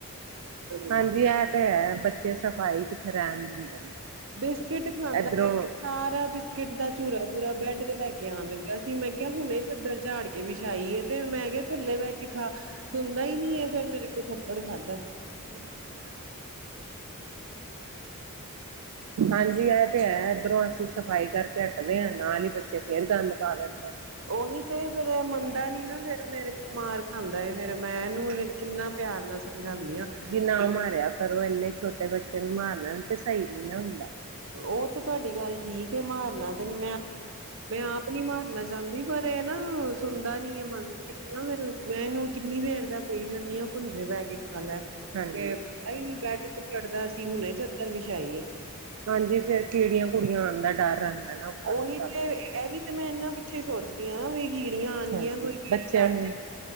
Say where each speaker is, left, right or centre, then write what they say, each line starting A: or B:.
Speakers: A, on the right; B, on the right.
A: ਹਾਂਜੀ ਇਹ ਤੇ ਹੈ ਬੱਚੇ ਸਫ਼ਾਈ ਕਿੱਥੇ ਰਹਿਣ ਦਿੰਦੇ ਨੇ।
B: ਬਿਸਕਿਟ ਖਾਂਦਾ
A: ਇੱਧਰੋਂ
B: ਹੈ। ਸਾਰਾ ਬਿਸਕਿਟ ਦਾ ਚਝੂਰਾ ਪੂਰਾ ਬ੍ਰੈਡ ਤੇ ਲੈ ਕੇ ਆਉਣ ਲੱਗਾ ਸੀ ਮੈਂ ਕਿਹਾ ਹੁਣੇ ਪੱਧਰ ਝਾੜ ਕੇ। ਕੇ ਵਿਛਾਈਏ ਤੇ ਮੈਂ ਕਿਹਾ ਥੱਲੇ ਬਹਿ ਕੇ ਖਾ ਸੁਣਦਾ ਹੀ ਨੀ ਹੈ ਫੇਰ ਮੇਰੇ ਕੋਲ ਥੱਪੜ ਖਾਧਾ।
A: ਗੇਮ ਖੇਡਦੇ ਹਨ। ਹਾਂਜੀ ਆ ਓਹ ਤੇ ਹੈ ਇਧਰੋਂ ਅਸੀਂ ਸਫ਼ਾਈ ਕਰਕੇ ਹਟਦੇ ਹਾਂ ਨਾਲ ਹੀ ਬੱਚੇ ਫੇਰ ਗੰਦ ਪਾ ਦਿੰਦੇ ਨੇ।
B: ਉਹੀ ਤੇ ਫੇਰ ਮੰਨਦਾ ਨੀ ਨਾ ਫੇਰ ਮੇਰੇ ਕੁ ਮਾਰ ਖਾਂਦਾ ਫੇਰ ਮੈਂ ਇਹਨੂੰ। ਕਿੰਨਾ ਪਿਆਰ ਨਾਲ ਸਮਝਾਉਂਦੀ ਹਾਂ।
A: ਜੀ ਨਾ
B: ਕਿ
A: ਮਾਰਿਆ ਕਰੋ ਇੰਨੇ ਛੋਟੇ ਬੱਚੇ ਨੂੰ ਮਾਰਨਾ ਤੇ ਸਹੀ ਨੀ ਨਾ ਹੁੰਦਾ
B: ਉਹ ਤੇ ਤੁਹਾਡੀ ਗੱਲ ਠੀਕ ਹੈ ਮਾਰਨਾ ਤੇ ਨੀ ਮੈਂ ਮੈਂ ਆਪ ਨੀ ਮਾਰਨਾ ਚਾਹੁੰਦੀ ਪਰ ਇਹ ਨਾ ਸੁਣਦਾ ਨੀ ਮੰਨਦੇ ਨੀ ਨਾ ਫਿਰ ਮੈਂ ਇਹਨੂੰ ਕਿੰਨੀ ਦੇਰ ਦਾ ਕਹੀ ਜਾਂਦੀ ਆ ਭੁੰਜੈ ਬਹਿ ਕੇ ਖਾਲਾ ਤੇ
A: ਹਾਂਜੀ,
B: ਆਈ ਨੀ ਬੈਠ ਕੇ ਚੜ੍ਹਦਾ ਸੀ ਹੁਣੇ ਚੱਦਰ ਵਿਛਾਈ ਏ।
A: ਹਾਂਜੀ ਫੇਰ ਕਿਹੜੀਆਂ ਕੁੜੀਆਂ ਆਉਣ ਦਾ ਡਰ ਰਹਿੰਦਾ ਨਾ। ਉੱਪਰ
B: ਉਹੀ
A: ਛੱਤ
B: ਤੇ ਇਹ ਵੀ ਤੇ ਮੈਂ ਇਹਨਾਂ ਪਿੱਛੇ ਸੋਚਦੀ ਹਾਂ ਨਾ ਵੀ ਕੀੜੀਆਂ ਆਉਣਗੀਆਂ
A: ਹਾਂਜੀ
B: ਕੋਈ ਕੀੜੀ
A: ਬੱਚਿਆਂ
B: ਲੜ
A: ਨੂੰ
B: ਜਾਗੀ।